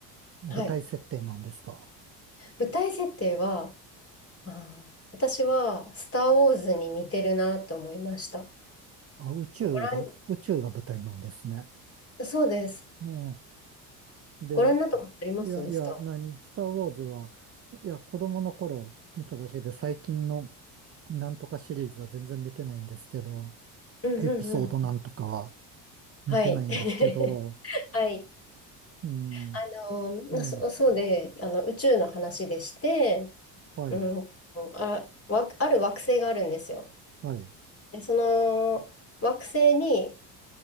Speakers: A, on the right; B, on the left.
A: 舞台設定なんですか
B: はい。舞台設定は、あー、私は、スター・ウォーズに似てるなと思いました。
A: あ、宇宙が、
B: ご覧、
A: 宇宙が舞台なんですね。
B: そうです。
A: うん。で、
B: ご覧になったことありますスター
A: いや、いや、何、スター・ウォーズは、いや、子供の頃見ただけで、最近のなんとかシリーズは全然見てないんですけど、
B: うんうんうん。
A: エピソードなんとかは見てないんですけど、
B: はい。<laughs> はい。
A: うん。
B: あの、なそ、
A: ええ、
B: そうで、あの、宇宙の話でして、
A: はい、
B: うん、あ、わ、ある惑星があるんですよ。
A: はい、
B: で、その惑星に、